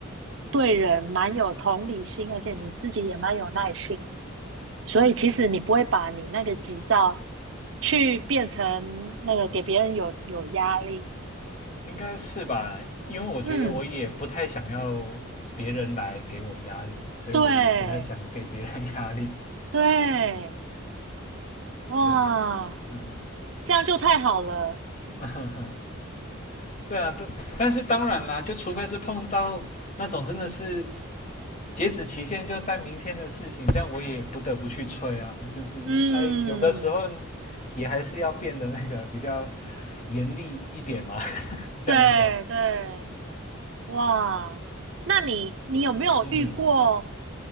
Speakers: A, on the right; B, on the left.
A: 对人蛮有同理心，而且你自己也蛮有耐性，所以其实你不会把你那个急躁去变成那个给别人有有压力。
B: 应该是吧？因为我觉得我也不太想要别人来给我压力，
A: 嗯，
B: 所以我也不太想给别人压力。
A: 对，对，哇，
B: 对对，对嗯哼。
A: 这样就太好了。
B: 嗯哼哼，对啊，对，但是当然啦，就除非是碰到那种真的是截止期限就在明天的事情，这样我也不得不去催啊。就是哎，
A: 嗯，
B: 有的时候也还是要变得那个比较严厉一点嘛。这样说，
A: 对对，哇，那你你有没有遇过，
B: 嗯哼，